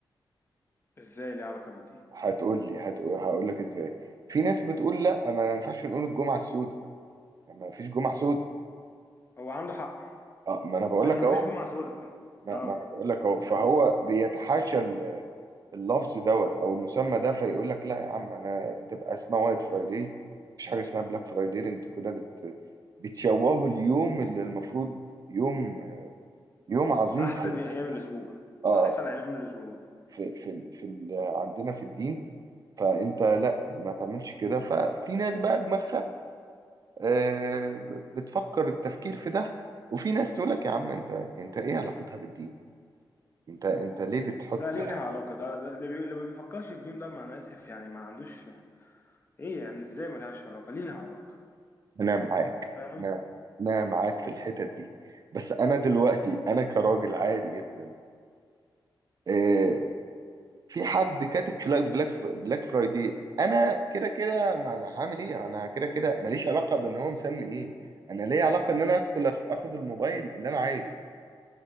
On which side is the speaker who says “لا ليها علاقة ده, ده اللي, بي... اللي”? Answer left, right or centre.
Left